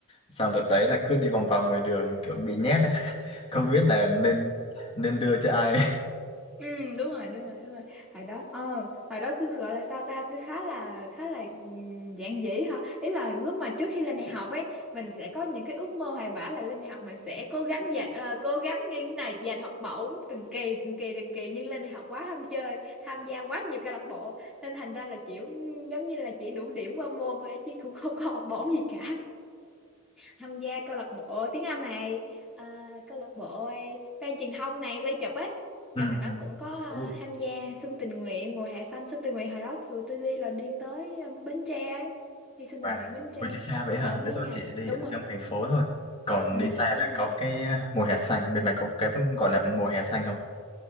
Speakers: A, on the left; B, in the centre.
A: sau đợt đấy là cứ đi vòng vòng ngoài đường kiểu bị nhét ấy. <laughs> không biết là nên nên đưa cho ai
B: Ừ đúng rồi đúng rồi đúng rồi hồi đó ờ hồi đó tôi gọi là sao ta tôi khá là khá là ừm, giản dị hả ý là lúc mà trước khi lên đại học ấy mình sẽ có những cái ước mơ hoài bão là lên đại học mình sẽ cố gắng dành ờ, cố gắng như thế này giành học bổng từng kỳ từng kỳ từng kỳ nhưng lên đại học quá ham chơi tham gia quá nhiều câu lạc bộ nên thành ra là kiểu ừm, giống như là chỉ đủ điểm qua môn thôi chứ cũng không có học bổng gì cả tham gia câu lạc bộ tiếng Anh này à, câu lạc bộ ban truyền thông này quay chụp ấy rồi
A: <laughs> Ừ,
B: hồi đó cũng có à,
A: ừ.
B: tham gia xuân tình nguyện mùa hè xanh xuân tình nguyện hồi đó tụi tôi đi là đi tới à, Bến Tre ấy. đi xuân
A: Và
B: tình nguyện Bến Tre
A: vì đi xa vậy hả?
B: ở mấy
A: Để tôi
B: ngày
A: chỉ đi
B: đúng
A: ở
B: rồi
A: trong thành phố thôi. Còn
B: ừ,
A: đi xa
B: ở mấy
A: là có
B: ngày
A: cái ờ, mùa hè xanh. Bên mày có cái gọi là mùa hè xanh không?